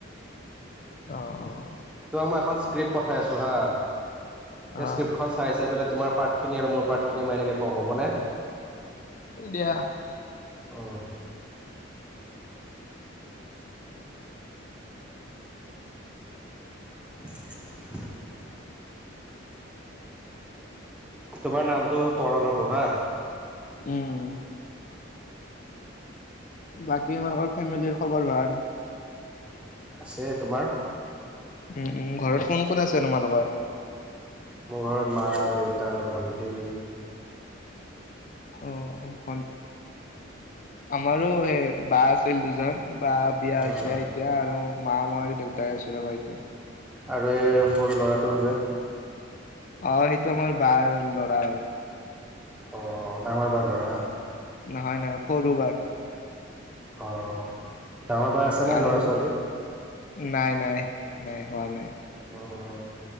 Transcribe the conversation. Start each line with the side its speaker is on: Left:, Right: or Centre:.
Left: অ অ।
Centre: তোমাক মই এখন স্ক্ৰিপ পঠাই আছো হা সেই
Left: অ' অ'
Centre: স্ক্ৰিপ্টখন চাই চাইাই। তোমাৰ পাৰ্টখিনি আৰু মোৰ পাৰ্টখিনি মই এনেকে কম হ'বনে।
Left: দিয়া।
Centre: অ' <inaudible> তোমাৰ নামটো কৰণ হ'ব হা।
Left: উম। বাকী তোমালোকৰ ফেমিলিৰ খবৰ ভাল?
Centre: আছে তোমাৰ?
Left: উম -উম ঘৰত কোন কোন আছে তোমালোকৰ?
Centre: মোৰ ঘৰত মা দেউতা ভণ্টী।
Left: অ' আমাৰো সেই বা আছিল দুজন। বা বিয়া হৈছে
Centre: অঁ,
Left: এতিয়া আৰু মা মই দেউতাই আছোঁ ৰবা এতিয়া।
Centre: আৰু এই সৰু ল'ৰাটোও যে।
Left: অ' সেইটো আমাৰ বাৰ ল'ৰা হয়।
Centre: অ নাঙৰ বাৰ লৰা।
Left: নহয় নহয় সৰু বাৰ।
Centre: অ ডাঙৰ বাৰ আছে নে
Left: আৰু
Centre: ল'ৰা ছোৱালী?
Left: নাই নাই নাই হোৱা নাই।
Centre: অঁ,